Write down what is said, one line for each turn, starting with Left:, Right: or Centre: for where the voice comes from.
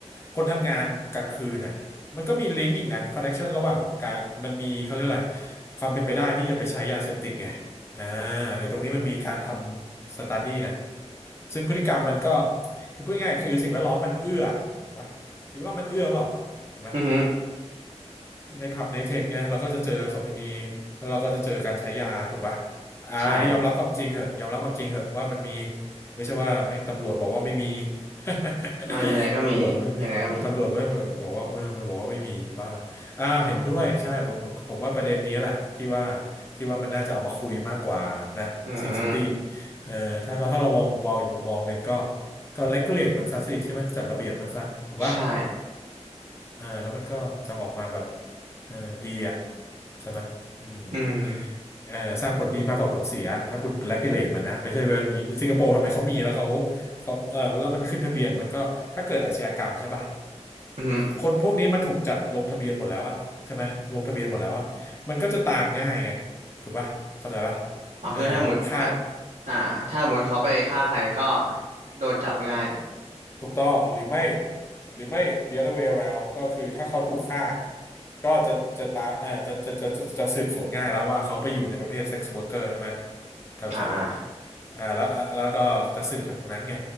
Left: คนทำงานกลางคืนน่ะ มันก็มีลิงก์อีกนะคอนเน็กชันระหว่างการมันมีเขาเรียกอะไรความเป็นไปได้ที่จะไปใช้ยาเสพติดไงอ่าไอ้ตรงนี้มันมีการทำสต u d ดี้นะซึ่งพฤติกรรมมันก็คือพูดง่ายๆคือสิ่งแวดล้อมมันเอื้อถูกปะสิ่งแวดล้อมมันเอื้อเปล่าถูกไหม
Right: อือฮึ
Left: ในผับในเทคเนี่ยเราก็จะเจอโสเภณีแล้วเราก็จะเจอการใช้ยาถูกปะอ่าอันนี้ยอมรับความจริงเหอะยอมรับความจริงเหอะว่ามันมี
Right: ใช่
Left: ไม่ใช่ว่าแม่งตำรวจบอกว่าไม่มี <laughs>
Right: อ่ายังไงก็มียังไงก็มี
Left: ตำรวจตำรวจแม่งบอกว่าเออมันบอกว่าไม่มีบ้าอ้าวเห็นด้วยใช่ผมผมว่าประเด็นนี้แหละที่ว่าที่ว่ามันน่าจะเอามาคุยมากกว่านะซิซิตี้
Right: อืม
Left: เอ่อถ้าถ้าเรามองมุมมองอีกมุมมองหนึ่งก็ก็เลกูเลตมันซะสิใช่ไหมจัดระเบียบมันซะถูกปะ
Right: ใช่
Left: เออแล้วมันก็จะออกมาแบบเออดีอ่ะใช่ไหมอืม
Right: อืม
Left: เออสร้างผลดีมากกว่าผลเสียถ้าคุณ regulate มันนะไม่ใช่ว่าสิงคโปร์ทำไมเขามีแล้วเขาเขาเออแล้วมันขึ้นทะเบียนมันก็ถ้าเกิดอาชญากรรมใช่ป่ะ
Right: อืมอ
Left: คนพวกนี้มันถูกจัดลงทะเบียนหมดแล้วอะใช่ไหมลงทะเบียนหมดแล้วอะมันก็จะตามง่ายไงถูกป่ะเข้าใจป่ะ
Right: เอาคือถ้าหมดอ่า
Left: เออแบบค่า
Right: อ่าถ้าหมดเขาไปฆ่าใครก็โดนจับง่าย
Left: ถูกต้องหรือไม่หรือไม่ the other way around ก็คือถ้าเขาถูกฆ่าก็จะจะตามเอ่อจะจะจะจะจะสืบสวนง่ายแล้วว่าเขาไปอยู่ในประเภท sex worker ใช่ไหมเข้าใจไหม
Right: อ่า
Left: อ่าแล้วอ่ะแล้วก็จะสืบจากตรงนั้นไง